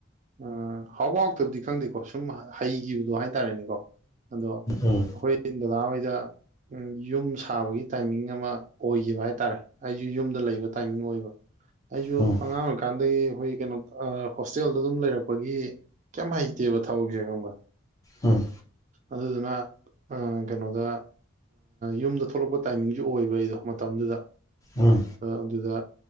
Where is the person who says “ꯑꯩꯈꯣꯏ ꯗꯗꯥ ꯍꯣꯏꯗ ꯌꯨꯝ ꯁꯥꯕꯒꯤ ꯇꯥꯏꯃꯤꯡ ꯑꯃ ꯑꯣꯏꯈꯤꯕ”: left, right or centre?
Right